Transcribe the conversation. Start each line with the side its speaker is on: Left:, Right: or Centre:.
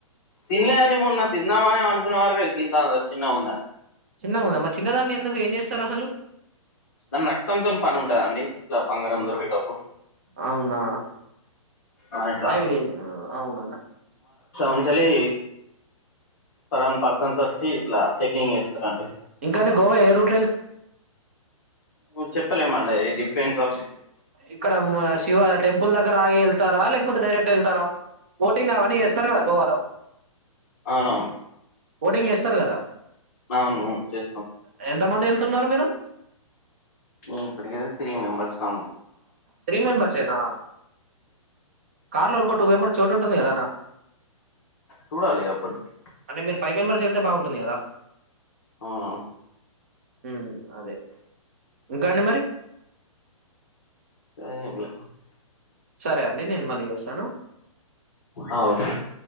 Left: తినలేదండి మొన్న తిందామని అనుకునే వరకి గింత అ చిన్న ఉందని
Right: చిన్న ఉందమ్మా చిన్నదాన్న్ని ఎందుకు ఏం జేస్తారు అసలు
Left: దాని రక్తంతోని పని ఉంటదండి ఇట్లా బంగారం
Right: అవునా
Left: దొరికేటప్పుడు
Right: అవునా
Left: ఆ ఇట్లా
Right: అవి అవునా
Left: ఉంచలి సలాన్ పర్సన్ వచ్చి ఇట్లా చెకింగ్ చేస్తారుండి
Right: ఇంకాని గోవా ఎయిర్ూట్
Left: ను చెప్పలేమండ ఏది పన్ సాఫ
Right: ఇక్కడ శివ టెంపుల్ దగ్గర ఆగి వెళ్తారా లేకపోతే డైరెక్ట్ వెళ్తారా బోటింగ్ అవని చేస్తారు కదా గోవాలో
Left: అవునవును
Right: బోటింగ్ చేస్తారు కదా
Left: అవునువు చేస్తాం
Right: ఎంతమంది వెళ్తున్నారు మీరు
Left: మీ ఇప్పుటికి త్రీ మెంబర్స్ కా
Right: త్రీ మెంబెర్స్ఎన కార్లో ఇంకో టు మెంబెర్ చోట్ ఉంటుంది కదానా
Left: చూడాలి అప్పటికి
Right: అంటే మీరు ఫైవ మెంబర్స్ ఎళ్తే బాగుంటుంది కదా
Left: అవునవును
Right: ఉ అదే ఇంకా అండి మరి
Left: <unintelligible> లే
Right: సరే అండి నేను మళ్ళీ చేసాను
Left: ఆ, ఓకే